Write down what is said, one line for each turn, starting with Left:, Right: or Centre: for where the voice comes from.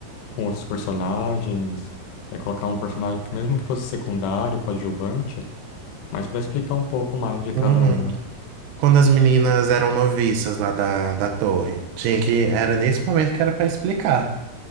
Left: com outros personagens, é, colocar um personagem que mesmo que fosse secundário, coadjuvante, mas para explicar um pouco mais de cada
Right: Uhum.
Left: uma
Right: Quando as meninas eram noviças lá da, da torre, tinha que. Era nesse momento que era pra explicar.